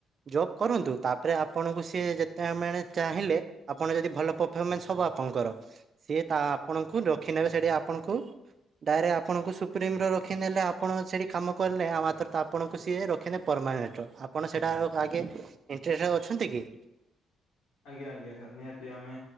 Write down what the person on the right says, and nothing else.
ଜବ୍ କରନ୍ତୁ ତା ପରେ ଆପଣଙ୍କୁ ସିଏ ଯେତେବେଳେ ଚାହିଁଲେ ଆପଣ ଯଦି ଭଲ ପରଫମାନ୍ସ ହବ ଆପଣଙ୍କର ସିଏ ତା ଆପଣଙ୍କୁ ରଖି ନେବେ ସେଠି ଆପଣଙ୍କୁ ଡାଇରେଟ ଆପଣଙ୍କୁ ସୁପ୍ରିମ ରଖିିନେଲେ ଆପଣ ସେଠି କାମ କଲେ ଆଉ ମାତ୍ର ତ ଆପଣଙ୍କୁ ସିଏ ରଖିଲେ ଆପଣ ସେଟା ରେ ଆଜ୍ଞା ଇନ୍ଟ୍ରେଷ୍ଟେଡ଼୍ ଅଛନ୍ତି କି?